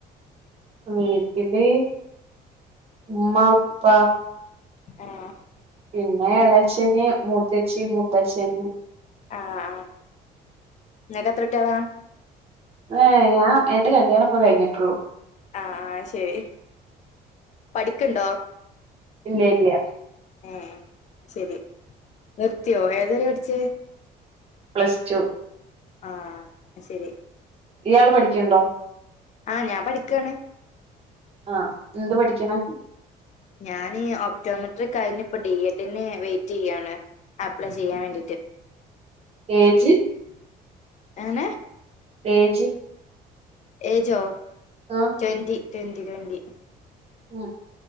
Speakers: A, on the right; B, on the left.
A: വീട്ടില് ഉമ്മ, ഉപ്പ
B: ആഹ്
A: പിന്നെഎളച്ചന്, മൂത്തച്ചി, മൂത്തച്ഛന്
B: ആഹ് ആഹ് ഇങ്ങക്ക് എത്ര കുട്യളാ?
A: ഏഹ് ഞാം എന്റെ കല്യാണ പ്പം കഴിഞ്ട്ടൊള്ളൂ
B: ആഹ് ആഹ് ശെരി പഠിക്ണ്ടോ?
A: ഇല്ലെ ഇല്ലെ
B: ഏഹ് ശെരി നിർതിയൊ ഏതരെ പഠ്ച്ചേ?
A: പ്ലസ് ടു
B: ആഹ് ശെരി
A: ഇയാൾ പഠിക്കിണ്ടോ
B: ആഹ് ഞാൻ പഠിക്കാണ്
A: ആഹ് എന്ത് പഠിക്കണെ
B: ഞാൻ ഒക്ടോമെട്രിക് കഴിഞ്ഞ് ഇപ്പ ഡി എഡിന് വെയിറ്റ് ചെയ്യാണ് അപ്ലൈ ചെയ്യാൻ വേണ്ടീയിട്ട്.
A: ഏജ്
B: എങ്ങനെ
A: ഏജ്
B: ഏജോ
A: ആഹ്
B: ട്വന്റി ട്വന്റി ട്വന്റി
A: ഉം